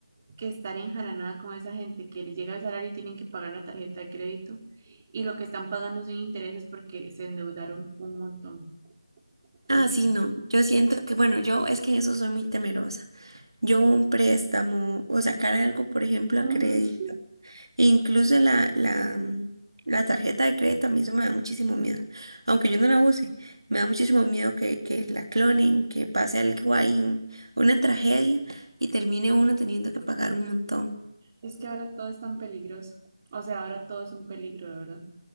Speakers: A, on the right (about 35°); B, on the right (about 75°).
A: que estar enjaranada con esa gente que les llega el salario y tienen que pagar la tarjeta de crédito y lo que están pagando son intereses porque se endeudaron un montón.
B: Ah,
A: O sea,
B: sí, no, yo siento que, bueno, yo es que en eso soy muy temerosa. Yo un préstamo o sacar algo, por ejemplo,
A: Ujú.
B: a crédito. Incluso la, la, mm, la tarjeta de crédito a mí eso me da muchísimo miedo. Aunque yo no la use, me da muchísimo miedo que, que la clonen, que pase algo ahí, un- una tragedia y termine uno teniendo que pagar un montón.
A: es que ahora todo es tan peligroso. O sea, ahora todo es un peligro, de verdad.